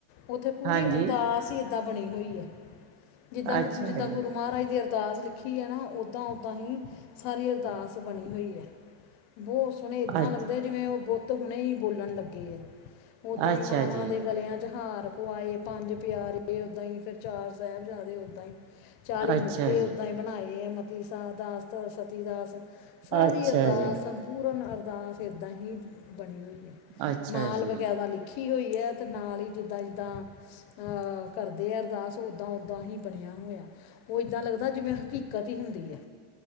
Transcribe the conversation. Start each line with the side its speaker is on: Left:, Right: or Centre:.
Left: ਉੱਥੇ ਪੂਰੀ
Right: ਹਾਂਜੀ
Left: ਅਰਦਾਸ ਜਿੱਦਾਂ ਬਣੀ ਹੋਈ ਐ। ਜਿੱਦਾਂ
Right: ਅੱਛਾ
Left: ਗੁ, ਜਿੱਦਾਂ
Right: ਜੀ
Left: ਗੁਰੂ ਮਹਾਰਾਜ ਦੇ ਅਰ ਅਰਦਾਸ ਲਿਖੀ ਐਨਾਂ, ਓਦਾਂ ਓਦਾਂ ਹੀ ਸਾਰੀ ਅਰਦਾਸ ਬਣੀ ਹੋਈ ਐ। ਬਹੁਤ ਸੋਹਣੇ ਇਦਾਂ
Right: ਅੱ
Left: ਲੱਗਦੈ, ਜਿਵੇਂ ਉਹ ਬੁੱਤ ਹੁਣੇ ਹੀ ਬੋਲਣ ਲੱਗੇ ਐ। ਓਦਾਂ
Right: ਅੱਛਾ
Left: ਹੀ ਮਾਵਾਂ
Right: ਜੀ
Left: ਦੇ ਗਲਿਆਂ ਚ ਹਾਰ ਪੁਵਾਏ ਪੰਜ ਪਿਆਰੇ, ਉਦਾਂ ਹੀ ਫਿਰ ਚਾਰ ਸਾਹਿਬਜ਼ਦੇ ਉੱਦਾਂ ਈ। ਚਾਲੀ
Right: ਅੱਛਾ
Left: ਮੁਕਤੇ
Right: ਜੀ
Left: ਉੱਦਾਂ ਹੀ ਬਣਾਏ ਆ, ਮਤੀ ਸ ਦਾਸ ਸਤੀ ਦਾਸ। ਸਾਰੀ
Right: ਅੱਛਾ
Left: ਅਰਦਾਸ,
Right: ਜੀ
Left: ਸੰਪੂਰਨ ਅਰਦਾਸ ਇੱਦਾਂ ਹੀ ਬਣੀ ਹੋਈ ਐ।
Right: ਅੱਛਾ
Left: ਨਾਲ
Right: ਜੀ
Left: ਬਕੈਤਾ ਲਿਖੀ ਹੋਈ ਏ, ਤੇ ਨਾਲ ਹੀ ਜਿੱਦਾਂ-ਜਿੱਦਾਂ ਅਹ ਕਰਦੇ ਆ ਅਰਦਾਸ ਓਦਾਂ-ਓਦਾਂ ਹੀ ਬਣਿਆ ਹੋਇਆ। ਉਹ ਇੱਦਾਂ ਲੱਗਦਾ ਜਿਵੇਂ ਹਕੀਕਤ ਈ ਹੁੰਦੀ ਐ।